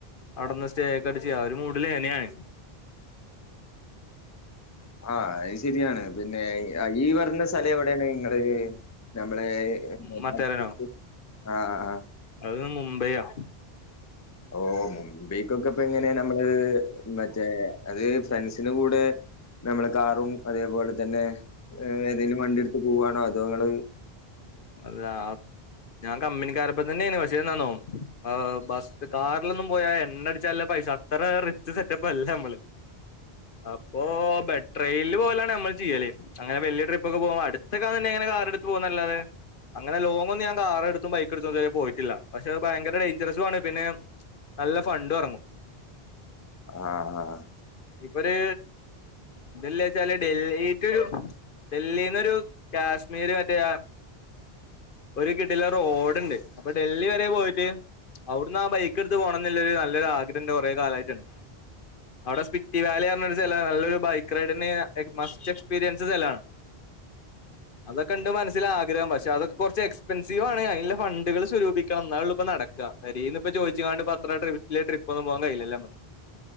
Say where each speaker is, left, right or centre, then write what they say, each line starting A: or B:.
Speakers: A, on the left; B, on the left.
A: അടന്ന് സ്റ്റേക്കെ അടിച്ച് അ ഒരു മൂടില് ന്നെ ഞാൻ
B: ആ അത് ശരിയാണ് പിന്നെ ഈ പറഞ്ഞ സ്ഥലം എവിടെയാണ്? ഇങ്ങള് നമ്മളെ <unintelligible>
A: മത്തേരനോ
B: ആഹ ആ
A: അത് മുംബൈയാ
B: ഓ മുംബൈക്കൊക്കെ ഇപ്പ എങ്ങനെ നമ്മള് മെ <unintelligible> അത് ഫ്രണ്ട്സിന് കൂടെ നമ്മള് കാറും അതേപോലെ തന്നെ ഏതെങ്കിലും വണ്ടി എടുത്ത് പോവാണോ അതേ ങ്ങൾ
A: അത ഞാൻ കമ്പനിക്കാരപ്പോ തന്നെന് പക്ഷേന്താന്നോ ബസ് കാറിലൊന്നും പോയാ എണ്ണ അടിച്ചാനുള്ള പൈസ അത്ര റിച്ച് സെറ്റപ്പ് അല്ല നമ്മള് അപ്പൊ ബെട്രെനില് പോലാണ് നമ്മള് ചെയ്യല് അങ്ങന വല്യ ട്രിപ്പൊക്കെ പോക്പോ അടുത്തൊക്കെ തന്നെങ്ങനെ കാറെടുത്ത് പോകാ ന്നല്ലാതെ അങ്ങനെ ലോങ് ഒന്നും ഞൻ കാർ എടുത്തും ബൈക്ക എടുത്തും തുവരെ പോയിട്ടില്ല പക്ഷെത് ഭയങ്കര ഡേഞ്ചറസു ആണ് പിന്നെ നല്ല ഫണ്ട് എറങ്ങും
B: ആഹ ആ
A: ഒര് എല്ലാച്ചാല് ഡൽഹിറ്റൊരു ഡൽഹിന്നൊരു കാശ്മീര് മറ്റേ ഒരു കിട്ടില റോഡുണ്ട് അപ്പൊ ഡൽഹി വരെ പോയിട്ട് അവിടുന്ന് ആ ബൈക്ക് എടുത്ത് പോണംന്നില്ല നല്ലൊരു ആഗ്രഹംന്റെ കുറെ കാലായിട്ടുണ്ട് അവിടെ സ്പിറ്റി വാലി പറഞ്ഞ ഒരു ചല നല്ലൊരു ബൈക്ക് റൈഡിന് മസ്റ്റ് എക്സ്പീരിയൻസ് സ്ഥലാ അതൊക്കണ്ട് മനസ്സിൽ ആഗ്രഹം പക്ഷെ പ അതൊക്കെ കുറച്ച് എക്സ്പെൻസീവാണ് അതിന്റെ ഫണ്ടണ്ട്കൾ സ്വരൂപിക്കണം എന്നാലുള്ളു ഇപ്പ നടക്കുക രിന്ന് ഇപ്പോ ചോയിച്ചണ്ട് പത്ര ഇല്ല ട്രിപ്പൊന്നും പോകാൻ കയ്ന്നില്ല